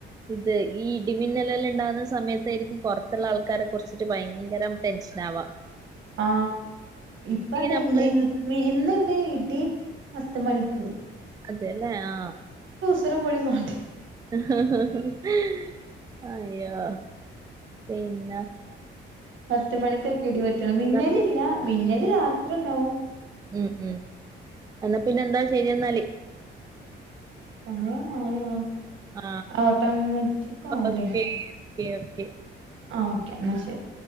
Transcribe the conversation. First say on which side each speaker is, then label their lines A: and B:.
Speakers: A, on the right; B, on the right.
A: ഇത് ഈ ഇടിമിന്നലെലാം ഇണ്ടാകുന്ന സമയത്തായിരിക്കും പുറത്തുള്ള ആൾക്കാരെ കുറിച്ചിട്ട് ഭയങ്കരം ടെൻഷനാവാ
B: ആ ഇപ്പണ്ട്
A: നമ്മള്
B: ഇന്നുണ്ട് ഇടി പത്ത് മണിക്ക്
A: അതല്ലേ ആ
B: അത്രമൊളി മാണ്ടേ
A: അഹാ ഹാ ഹാ അയ്യോ പിന്ന
B: പത്ത് മണിക്കൊക്കെ ഇടിപെറ്റണം മിന്നലില്ല
A: പി
B: മിന്നൽ അത് രാത്രി ഉണ്ടാവും
A: ഉം ഉം എന്നാ പിന്നെ എന്താ ശരി എന്നാല്
B: സമയം ആയോ
A: ആ
B: ഓട്ടോമറ്റിക്കാവൂല്ലേ
A: ഓക്കെ ഓക്കെ ഓക്കെ
B: ആ ഓക്കെ എന്നാ ശരി